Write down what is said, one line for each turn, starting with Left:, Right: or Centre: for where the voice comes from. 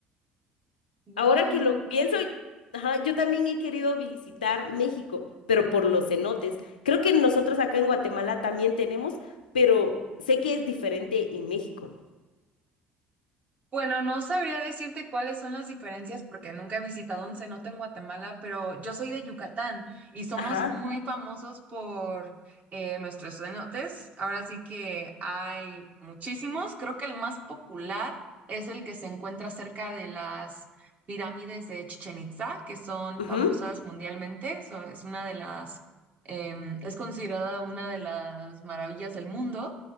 Left: <laughs>
Right: Wow,
Left: Ahora que lo
Right: nunca.
Left: pienso, ajá, yo también he querido visitar México, pero por los cenotes. Creo que nosotros acá en Guatemala también tenemos, pero sé que es diferente en México.
Right: Bueno, no sabría decirte cuáles son las diferencias porque nunca he visitado un cenote en Guatemala, pero yo soy de Yucatán y somos
Left: Ajá.
Right: muy famosos por eh, nuestros cenotes. Ahora sí que hay muchísimos. Creo que el más popular es el que se encuentra cerca de las pirámides de Chichen Itza, que son
Left: ujú,
Right: famosas mundialmente. So, es una de las, em, es considerada una de las maravillas del mundo.